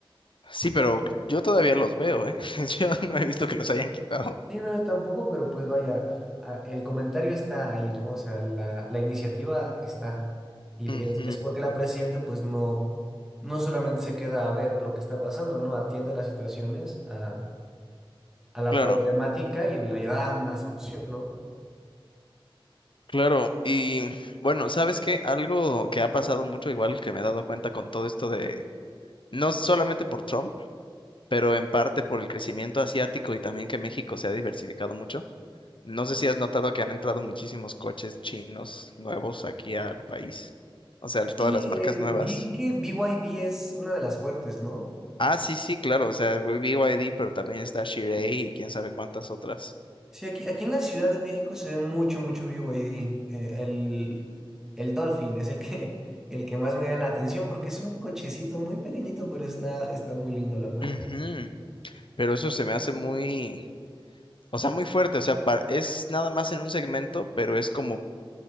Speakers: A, on the left; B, in the centre.
A: Sí, pero yo todavía los veo, ¿eh? <laughs> Yo no he visto que los hayan quitado.
B: Sí, no, yo tampoco, pero pues vaya, a- el comentario está ahí, ¿no? O sea, la, la iniciativa está. Y
A: ujú.
B: es, es porque la presidenta pues no, no solamente se queda a ver lo que está pasando, ¿no? Atiende las situaciones, a, a la
A: Claro,
B: problemática y le da una solución, ¿no?
A: claro. Y bueno, ¿sabes qué? Algo que ha pasado mucho, igual que me he dado cuenta con todo esto de, no solamente por Trump, pero en parte por el crecimiento asiático y también que México se ha diversificado mucho. No sé si has notado que han entrado muchísimos coches chinos nuevos aquí al país. O sea, todas
B: Y
A: las marcas
B: eh,
A: nuevas.
B: vi que BYD es una de las fuertes, ¿no?
A: Ah, sí, sí, claro. O sea, B y BYD, pero también está Chery y quién sabe cuántas otras.
B: Sí, aquí, aquí en la Ciudad de México se ve mucho, mucho BYD. Eh, el, el Dolphin es el que, <laughs> el que más me da la atención porque es un cochecito muy pequeñito, pero está, está muy lindo, la verdad.
A: Ujú. Pero eso se me hace muy, o sea, muy fuerte. O sea, pa- es nada más en un segmento, pero es como,